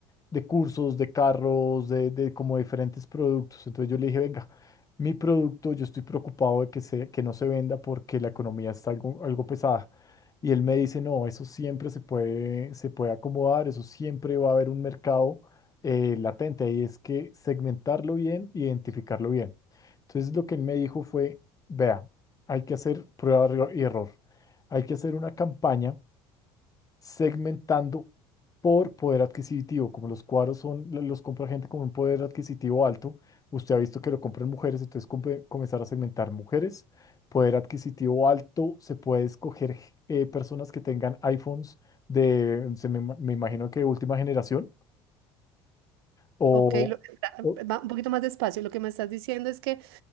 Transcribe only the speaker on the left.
de cursos, de carros, de, de como diferentes productos. Entonces yo le dije, venga, mi producto, yo estoy preocupado de que, se, que no se venda porque la economía está algo, algo pesada. Y él me dice, no, eso siempre se puede, se puede acomodar, eso siempre va a haber un mercado eh, latente. Y es que segmentarlo bien, identificarlo bien. Entonces lo que él me dijo fue Vea, hay que hacer prueba erro- y error. Hay que hacer una campaña segmentando por poder adquisitivo. Como los cuadros son, lo- los compra gente con un poder adquisitivo alto, usted ha visto que lo compran mujeres, entonces compe- comenzar a segmentar mujeres, poder adquisitivo alto, se puede escoger eh, personas que tengan iPhones de, se me, ima- me imagino que última generación, o,
o-